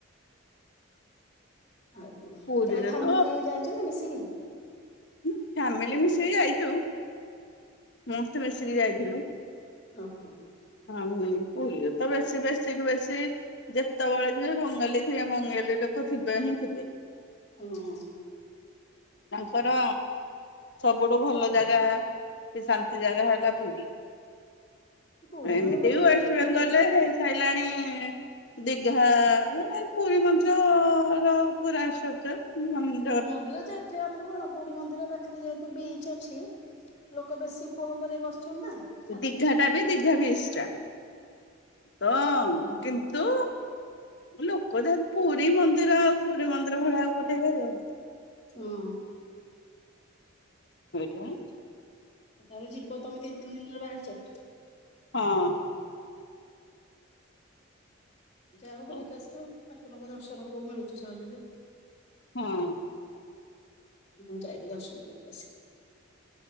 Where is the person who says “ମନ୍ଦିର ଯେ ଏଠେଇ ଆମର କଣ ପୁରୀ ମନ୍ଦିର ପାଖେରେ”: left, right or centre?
Left